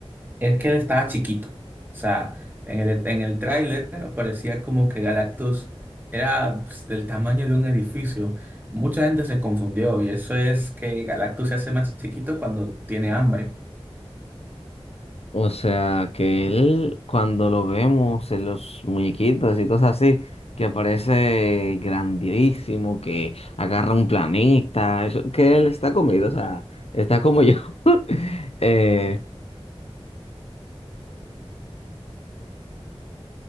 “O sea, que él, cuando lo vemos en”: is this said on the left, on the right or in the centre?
Left